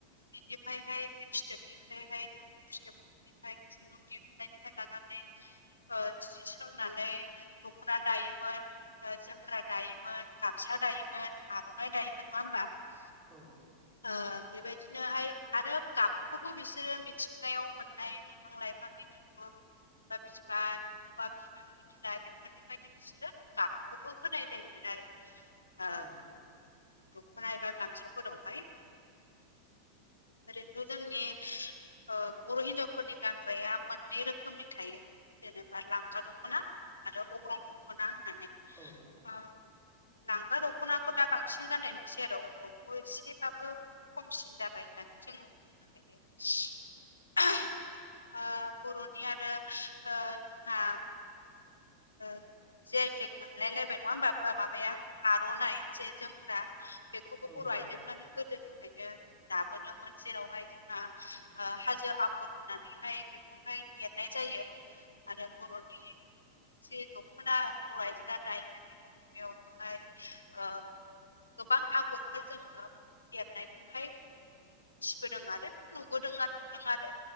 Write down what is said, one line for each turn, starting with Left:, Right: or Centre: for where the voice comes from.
Left: बिनिफ्रायहाय बे फिथोबनिफ्रायहाय फिथोबफ्राय <inaudible> लानानै जि सोंनानै दख'ना दायोमोन, जोमग्रा दायोमोन, गामसा दायोमोन आर'नाय दायोमोन नङा होमबा
Right: औ
Left: ओ बेबायदिनोहाय आरो गाबखौबो बिसोरो मिथिंगायाव मोननाय बिफां लाइफांनि बिगुर बा बिबार अबा बिफां <unintelligible> बेफोरनिफ्रायनो बिसोरो गाबखौबो होनाय जायोमोन आरो ओ
Right: औ
Left: दख'ना एबा गामसाफोरावहाय ओरैथ' जोंनि ओ बर' हिनजावफोरनि गानग्राया मोननै रोखोमनि थायो जेनेबा लांगा दख'ना आरो अग्रं दख'ना होननानै
Right: औ
Left: औ लांगा दख'नाखौ दा बांसिन जानाय नुसै आरो अग्रं'खौ एसे फोराबो खमसिन जाबाय होननानै जोङो बुंनो हायो <unintelligible> ओ बर'नि आरो ओ जोंहा ओ जे आइ थेक मोनलायलायबाय नङा होमबा माबाया आर'नाइ जे जोमग्रा बेखौबो
Right: औ
Left: बर'
Right: नंगौ
Left: आइजोफ्रानो गोदोनि फ्रायनो दाबोदोंमोन जेरावहाय जोंना ओ हाजो आगर होनानैहाय बे खौहाय एरनाय जायो आरो बर'नि जे दख'ना बर' आइजोफोरा दायोमोन बे दख'नायावबोहाय ओ गोबां आगरफोर जोङो एरनायखौहाय <unintelligible> आरो नुबोदों आरो नुदों आरो।